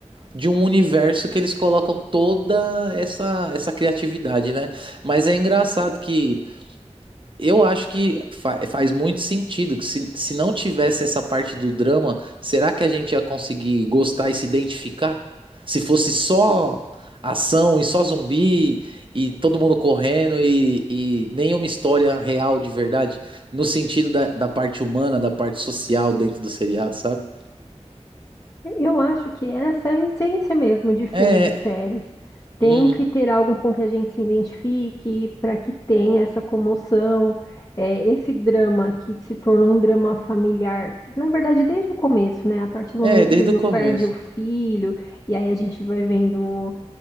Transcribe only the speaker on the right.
de um universo que eles colocam toda essa, essa criatividade, né? Mas é engraçado que eu acho que fa- faz muito sentido que se, se não tivesse essa parte do drama, será que a gente ia conseguir gostar e se identificar? Se fosse só ação e só zumbi e todo mundo correndo e, e nenhuma história real de verdade, no sentido da, da parte humana, da parte social dentro do seriado, sabe?
É,
hum,
é,
desde
o começo.